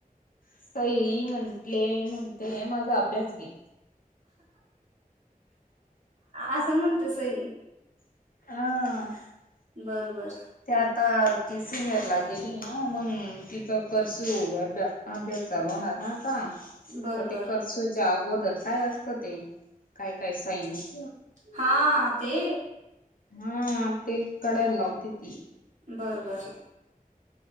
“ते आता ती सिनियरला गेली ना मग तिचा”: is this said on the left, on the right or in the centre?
Left